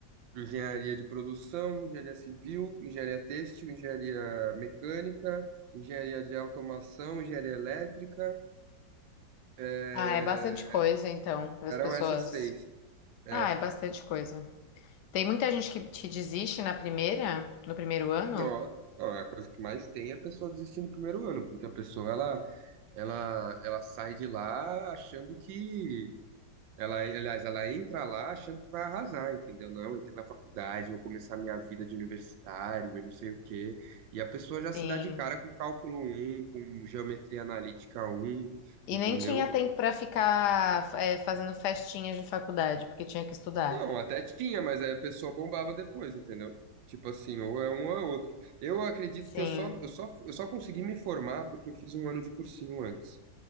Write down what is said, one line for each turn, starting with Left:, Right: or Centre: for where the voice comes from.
Right: Engenharia de produção, engenharia civil, engenharia têxtil, engenharia mecânica, engenharia de automação, engenharia elétrica. é,
Left: Ah, é bastante coisa, então, para as
Right: Eram
Left: pessoas.
Right: essas seis. É.
Left: Ah, é bastante coisa. Tem muita gente que te desiste na primeira, no primeiro ano?
Right: Ó, ó, a coisa que mais tem é a pessoa desistir no primeiro ano, porque a pessoa ela, ela, ela sai de lá achando que Ela, aliás, ela entra lá achando que vai arrasar, entendeu? Não, eu entrei na faculdade, vou começar minha vida de universitário e não sei o quê. E a pessoa já se
Left: Sim.
Right: dá de cara com cálculo um com geometria analítica um
Left: E
Right: entendeu?
Left: nem tinha tempo para ficar, é, fazendo festinhas de faculdade, porque tinha que estudar.
Right: Não, até tinha, mas aí a pessoa bombava depois, entendeu? Tipo assim, ou é um ou é outro. Eu acredito
Left: Sim,
Right: que eu só, eu só, eu só consegui me formar porque eu fiz um ano de cursinho antes.